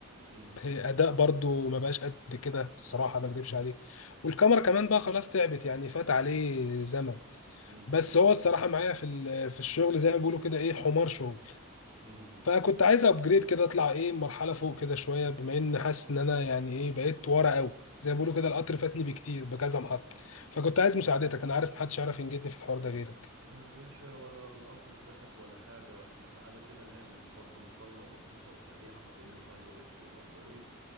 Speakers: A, on the right; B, on the left.
A: مم.
B: هي اداء برضو ما بقاش قد كده الصراحه ما اكدبش عليك والكاميرا كمان بقى خلاص تعبت يعني فات عليه زمن
A: مم.
B: بس
A: مم.
B: هو الصراحه معايا في ال- في الشغل زي ما بيقولوا كده ايه حمار شغل
A: مم.
B: فكنت عايز ابجريد كده اطلع ايه مرحله فوق كده شويه بما ان حاسس ان انا يعني ايه بقيت ورا قوي زي
A: مم.
B: ما بيقولوا كده القطر فاتني بكتير بكذا محطه فكنت عايز مساعدتك انا عارف محدش يعرف ينجدني في الحوار ده غيرك
A: يا باشا ولا القطر فاتك ولا حاجة احنا تعالى كده نعمل برضو مقارنة بسيطة وسريعة ما بين الاي او اس والاندرويد